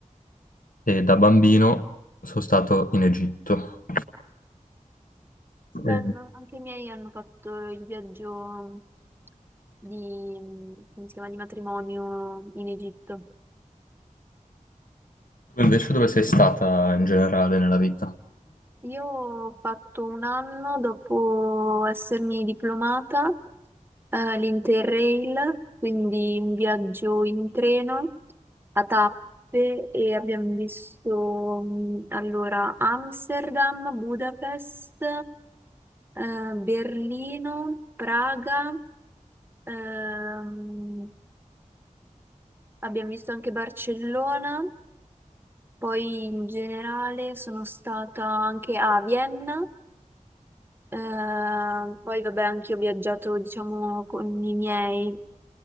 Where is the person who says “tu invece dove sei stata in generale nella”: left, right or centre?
Left